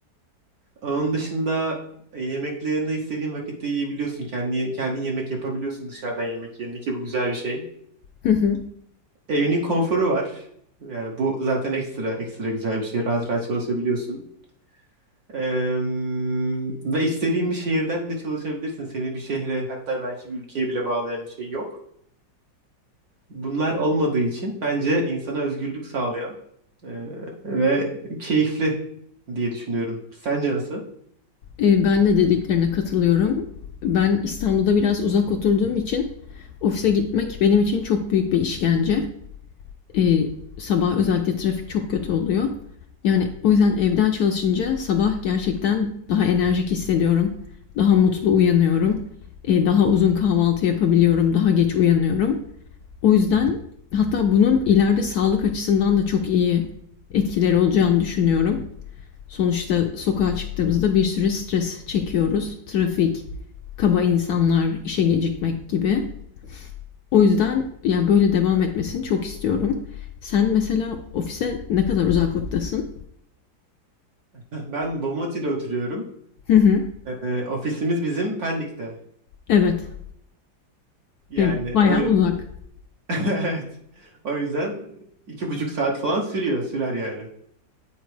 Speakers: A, on the right; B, on the left.
A: Onun dışında yemeklerini istediğin vakitte yiyebiliyorsun. Kendi, kendin yemek yapabiliyorsun dışarıdan yemek yerine ki bu güzel bir şey.
B: Hı hı.
A: Evinin konforu var. Yani bu zaten ekstra ekstra güzel bir şey. Rahat rahat çalışabiliyorsun. Eee, ve istediğin bir şehirden de çalışabilirsin. Seni bir şehre hatta belki bir ülkeye bile bağlayan bir şey yok. Bunlar olmadığı için bence insana özgürlük sağlayan eee, ve keyifli diye düşünüyorum. Sence nasıl?
B: E, ben de dediklerine katılıyorum. Ben İstanbul'da biraz uzak oturduğum için ofise gitmek benim için çok büyük bir işkence. E, sabah özellikle trafik çok kötü oluyor. Yani o yüzden evden çalışınca sabah gerçekten daha enerjik hissediyorum. Daha mutlu uyanıyorum. E, daha uzun kahvaltı yapabiliyorum. Daha geç uyanıyorum. O yüzden hatta bunun ileride sağlık açısından da çok iyi etkileri olacağını düşünüyorum. Sonuçta sokağa çıktığımızda bir sürü stres çekiyoruz. Trafik, kaba insanlar, işe gecikmek gibi. O yüzden yani böyle devam etmesini çok istiyorum. Sen mesela ofise ne kadar uzaklıktasın?
A: <laughs> Ben Bomonti'de oturuyorum.
B: Hı hı.
A: Ee, ofisimiz bizim Pendik'te.
B: Evet.
A: Yani
B: E, bayağı
A: o, yüz-
B: uzak.
A: <laughs> evet. O yüzden iki buçuk saat falan sürüyor, sürer yani.